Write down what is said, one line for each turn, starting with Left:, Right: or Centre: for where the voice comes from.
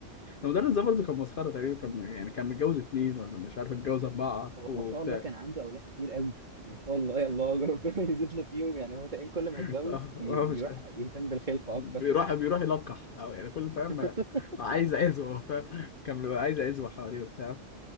Left: المدرس ده برضه كان مسخره تقريبا كان يعني كان متجوز اتنين ولا مش عارف اتجوز اربعه
Right: هو
Left: وبتاع
Right: ما شاء الله كان عنده اولاد كتير قوي ما شاء الله يا الله <laughs> يا ربنا يزيد له فيهم يعني هو تقريبا كل ما
Left: <laughs>
Right: يتجوز
Left: هو
Right: بي- بيروح
Left: مش
Right: يهتم بالخلفه
Left: بيروح
Right: اكتر
Left: بيروح يلقح او يعني كل فاهم
Right: <laughs>
Left: ما- عايز عزوه فاهم كان بيبقى عايز عزوه حواليه وبتاع